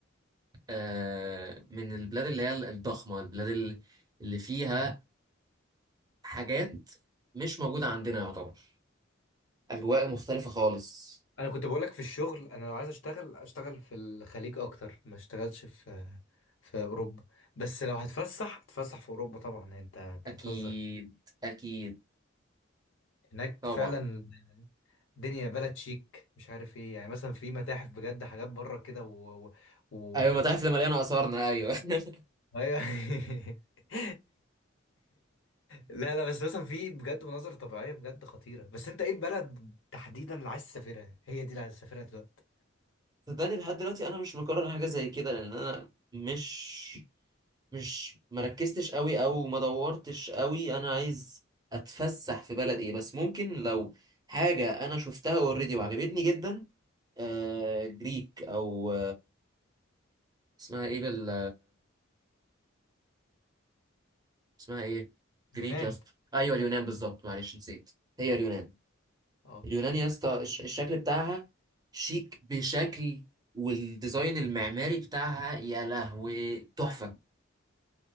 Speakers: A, on the right (about 20°); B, on the left (about 70°).
A: آه، من البلاد اللي هي الضخمة البلاد ال- اللي فيها حاجات مش موجودة عندنا يعتبر أجواء مختلفة خالص
B: انا كنت بقولك في الشغل انا لو عايز اشتغل اشتغل في الخليج اكتر ما اشتغلش في في اوروبا بس لو هتفسح هتفسح في اوروبا طبعا يعني انت انت
A: أكيد
B: بتهزر
A: أكيد
B: هناك
A: طبعا
B: فعلا الدنيا بلد شيك مش عارف ايه يعني مثلا في متاحف بجد حاجات بره كده و, و... و...
A: أيوة المتاحف اللي مليانة آثارنا أيوة <laughs>
B: أيوة. <laughs> لا لا بس مثلا في بجد مناظر طبيعية بجد خطيرة بس انت ايه البلد تحديدا اللي عايز تسافرها هي دي اللي عايز تسافرها دلوقتي
A: صدقني لحد دلوقتي أنا مش مكرر حاجة زي كده لأن أنا مش مش مركزتش قوي أو ما دورتش قوي أنا عايز أتفسح في بلد إيه بس ممكن لو حاجة أنا شفتها أوريدي وعجبتني جدا آه، جريك أو اسمها ايه بال اسمها ايه
B: اليونان
A: جريك يا اسطى ايوه اليونان بالظبط معلش نسيت هي اليونان
B: اه
A: اليونان يا اسطى الش- الشكل بتاعها شيك بشكل والديزاين المعماري بتاعها يا لهوي تحفة